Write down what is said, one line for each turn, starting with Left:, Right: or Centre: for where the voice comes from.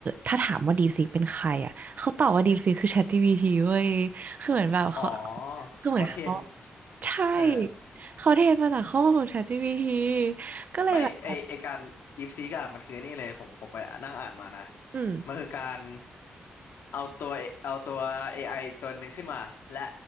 Right: ถ้าถามว่า DeepSeek เป็นใครอะเขาตอบว่า DeepSeek คือ ChatGPT เว้ยคือเหมือนแบบเขา
Left: อ๋อ
Right: คือเหมือนเขา
Left: เขาเทรน
Right: ใช่
Left: เออ
Right: เขาเทรนมาจากข้อมูลของ ChatGPT ก็เลยแบบ
Left: ไม่ไอไอการดีฟซีกอะมันคือไอ้นี่เลยผมผมไปนั่งอ่านมานะ
Right: อืม
Left: มันคือการเอาตัวเอาตัว AI อไออีกตัวหนึ่งขึ้นมาและ